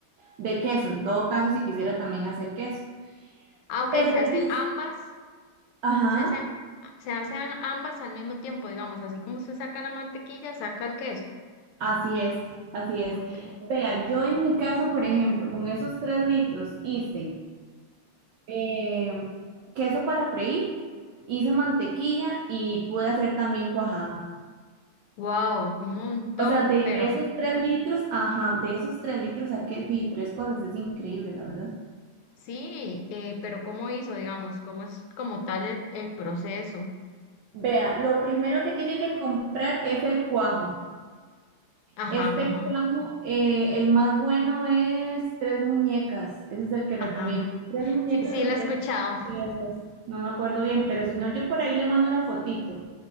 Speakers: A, on the right; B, on the left.
A: de queso. En todo caso, si quisiera también hacer queso.
B: Ah, ok,
A: Pero
B: se hace
A: ellos,
B: ambas.
A: ajá.
B: Se hacen, se hacen ambas al mismo tiempo, digamos, así como usted saca la mantequilla, saca el queso.
A: Así es, así es.
B: Ok.
A: Vea, yo en mi caso, por ejemplo, con esos tres litros hice eh, queso para freír, hice mantequilla y pude hacer también cuajada.
B: Wow, un montón,
A: O sea, de,
B: pero
A: de esos tres litros, ajá, de esos tres litros saqué di tres cosas, es increíble, la verdad.
B: sí, eh, pero ¿cómo hizo, digamos? ¿Cómo es como tal el, el proceso?
A: Vea, lo primero que tiene que comprar es el cuajo.
B: Ajá,
A: Este
B: ajá,
A: cuadro eh, el más bueno es tres muñecas, ese es el que
B: ajá.
A: recomiendo. Tres muñecas
B: Sí, sí,
A: o
B: lo
A: tres
B: he escuchado.
A: piezas, no me acuerdo bien, pero si no, yo por ahí le mando una fotito.